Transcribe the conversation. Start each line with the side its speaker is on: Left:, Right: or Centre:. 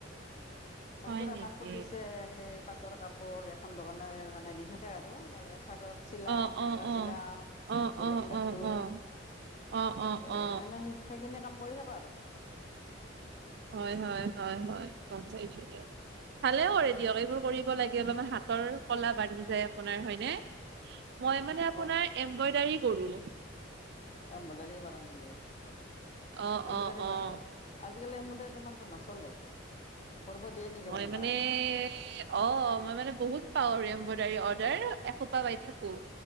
Right: হয়
Left: একযোৰা
Right: নেকি
Left: কাপোৰ দিছে সেই পাটৰ কাপোৰ এখন দোকানে মানে দি থাকে থাকে আৰু তাতে চাদৰ চিলাওঁ
Right: অ
Left: মেখেলা
Right: অ অ
Left: চিলাওঁ
Right: অ
Left: জুলুঙ
Right: অ অ
Left: গাঁথোঁ
Right: অ অ অ
Left: এ
Right: অ
Left: এনে সেইখিনি কাম কৰি থাকো আৰু
Right: হয়', - হয়', - হয়', - হয়', কাম কৰিছোঁ দিয়ক! ভালে কৰে দিয়ক, এইবোৰ কৰিব লাগে অলপমান হাতৰ ক'লা বাঢ়ি যায় আপোনাৰ হয়নে! মই মানে আপোনাৰ
Left: অ
Right: এম্ব্ৰইডাৰী কৰোঁ
Left: এম্ব্ৰইডাৰীয়ে কৰা নেকি?
Right: অ', -
Left: এম্ব্ৰইডাৰী
Right: অ', - অ',
Left: যা আজিকালি এম্ব্ৰইডাৰীটো ইমানটো নচলে কৰিব দিয়ে নেকি
Right: মই
Left: কোনোবাই
Right: মানেএএএএ অ', মই মানে বহুত পাওঁ এম্ব্ৰইডাৰী অৰ্ডাৰ এসোপা পাই থাকোঁ,